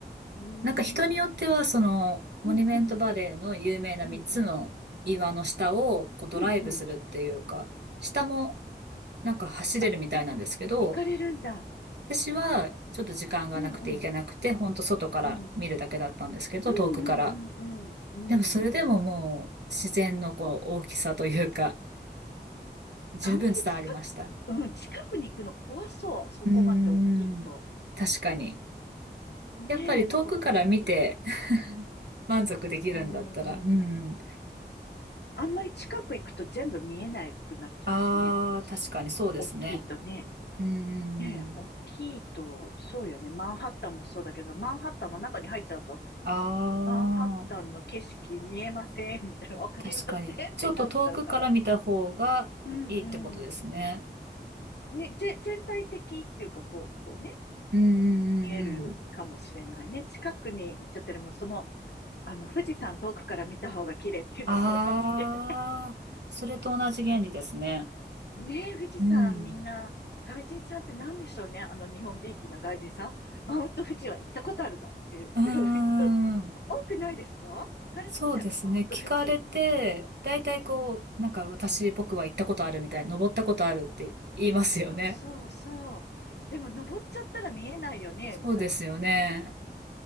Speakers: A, on the left; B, on the right.
A: うーん。
B: なんか人によっては、その、モニュメントバレーの有名な3つの岩の下をこうドライブするっていうか、
A: うんうん。うんうん。うんうん。
B: 下もなんか走れるみたいなんですけど、
A: あ、い、行かれるんだ。
B: 私はちょっと時間がなくて行けなくて、
A: うんうん。
B: ほんと外から見るだけだったんですけど、
A: うん。うんうんうんうん。
B: 遠くから。でもそれでももう自然のこう大きさというか、
A: うん。
B: 十分伝わりました。
A: あんまり近く、うん、近くに行くの怖そう。そこまで大きいと。
B: うーん。確かに。
A: ねえ、
B: やっぱり遠くから見て
A: なんか怖いよ。
B: <laughs> 満足できるんだったら、
A: うん、
B: うん。
A: うん。あんまり近く行くと全部見えなくなっちゃうしね。
B: ああ、確かにそうですね。
A: 大きいとね。
B: うんうんうん。
A: ねえ、大きいと、そうよね。マンハッタンもそうだけど、マンハッタンの中に入っちゃうと、
B: ああ、
A: マンハッタンの景色見えませんみたいな、わかりませんってなっちゃうから。
B: 確かに。ちょっと遠くから見た方がいいってことですね。
A: うんうん。ね、ぜ、全体的っていうか、こう、こうね、
B: うんうんうんうん。
A: 見えるかもしれないね。近くに行っちゃってるもん、その、あの、富士山遠くから見た方が綺麗っていうのと同じで。
B: ああ、それと同じ原理ですね。
A: ねえ、富士山みんな、
B: うん。
A: 外人さんって何でしょうね。あの日本びいきな外人さん。マウント富士は行ったことあるかっていう
B: うんうんうん
A: <laughs> 人、多くないですか聞かれません、
B: そうですね。
A: マウント富士。
B: 聞かれて、大体こう、
A: うん。
B: なんか私、僕は行ったことあるみたいな、登ったことあるって言いますよね。
A: そうそうそう。でも登っちゃったら見えないよね。
B: そうですよね。